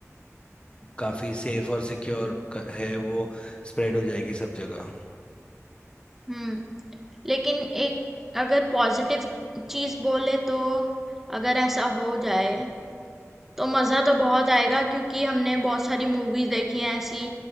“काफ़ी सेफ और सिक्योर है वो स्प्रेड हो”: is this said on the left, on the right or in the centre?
Left